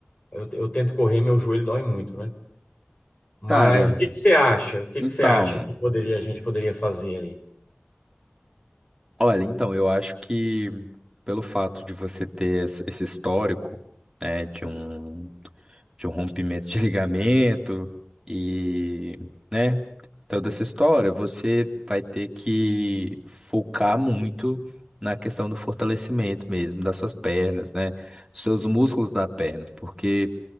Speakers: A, on the left; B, on the right.
A: eu, eu tento correr, meu joelho dói muito, né? Mas
B: Cara,
A: o que que você acha? O que
B: então,
A: que você acha que poderia a gente poderia fazer aí?
B: olha, então, eu acho que pelo fato de você ter esse esse histórico, né, de um. de um rompimento de <laughs> ligamento e, né, toda essa história, você vai ter que focar muito na questão do fortalecimento mesmo das suas pernas, né, dos seus músculos da perna, porque